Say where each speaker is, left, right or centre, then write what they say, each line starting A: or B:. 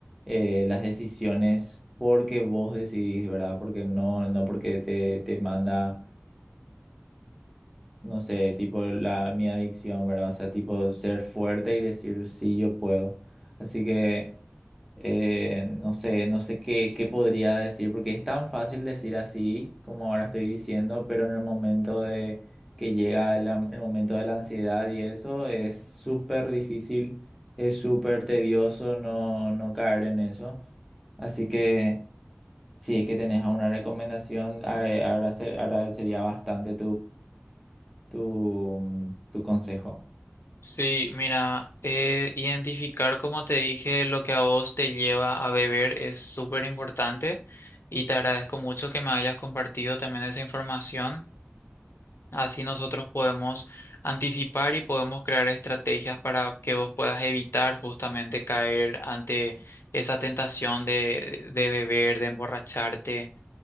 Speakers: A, in the centre; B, on the left (about 80°).
A: eh, las decisiones porque vos decidís, ¿verdad? Porque no, no porque te, te manda no sé, tipo la, mi adicción, ¿verdad? O sea, tipo ser fuerte y decir, sí, yo puedo. Así que, eh, no sé, no sé qué, qué podría decir, porque es tan fácil decir así como ahora estoy diciendo, pero en el momento de que llega el, am- el momento de la ansiedad y eso es súper difícil, es súper tedioso no, no caer en eso. Así que, si es que tenés alguna recomendación, a- agradecer- agradecería bastante tu, tu consejo.
B: Sí, mira, eh, identificar, como te dije, lo que a vos te lleva a beber es súper importante y te agradezco mucho que me hayas compartido también esa información. Así nosotros podemos anticipar y podemos crear estrategias para que vos puedas evitar justamente caer ante esa tentación de, de beber, de emborracharte.